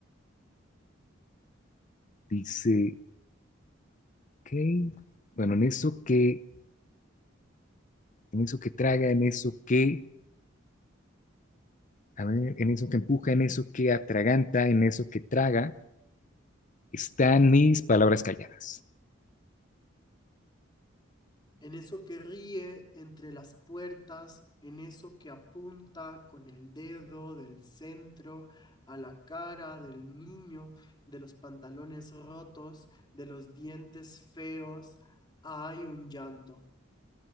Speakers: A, on the left; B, on the left.
A: dice, ok. Bueno, en eso que, en eso que traga, en eso que en eso que empuja, en eso que atraganta, en eso que traga, están mis palabras calladas.
B: En eso que ríe entre las puertas, en eso que apunta con el dedo del centro a la cara del niño, de los pantalones rotos, de los dientes feos, hay un llanto.